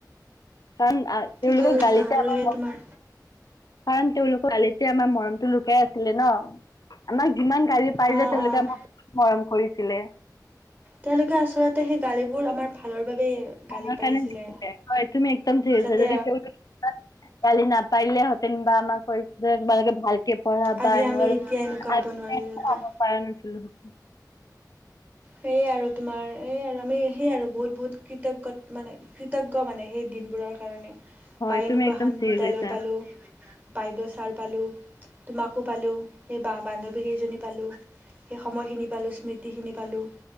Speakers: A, on the left; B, on the right.
A: কাৰণ
B: ঠিকে
A: তেওঁলোকৰ
B: কৈছা
A: গালিতে
B: আৰু
A: আমাৰ
B: সেই
A: কাৰণ,
B: তোমাৰ
A: তেওঁলোকৰ গালি তে আমাৰ মৰমটো লুকাই আছিলে ন'। আমাক যিমান গি পাই
B: অ',
A: যে তেওঁলোকে
B: অ'।
A: আমাক বহুত মৰম কৰিছিলে।
B: তেওঁলোকে আচলতে সেই গালিবোৰ আমাৰ ভালৰ বাবে গালি
A: হয়
B: পাৰিছিলে।
A: কাৰনে দিছিলে, হয় তুমি একদম থছ
B: যাতে
A: যদি তেওঁলোক গালে নাপ পাৰিলেহেঁতেন বা আমাক কৰি তোমালোকে ভালকে পঢ়া
B: আজি
A: বা এনেকুৱা
B: আমি এতিয়া হ'ব নোৱাৰিলোহেঁতেন।
A: <unintelligible> পাৰা নাছিলো সতে।
B: সেয়াই আৰু তোমাৰ এই আৰু আমি সেয়ে আৰু বহুত বহুত কৃতজ্ঞত মানে কৃতজ্ঞ মানে সেই দিনবোৰৰ কাৰণে
A: হয়
B: বা এনেকুৱা
A: তুমি একদম
B: এখন
A: ঠিকে
B: বিদ্যালয়
A: কৈছা
B: পালোঁ বাইদেউ ছাৰ পালোঁ তোমাকো পালোঁ সেই বান্ধৱীকেইজনী পালোঁ সেই সময়খিনি পালোঁ স্মৃতিখিনি পালোঁ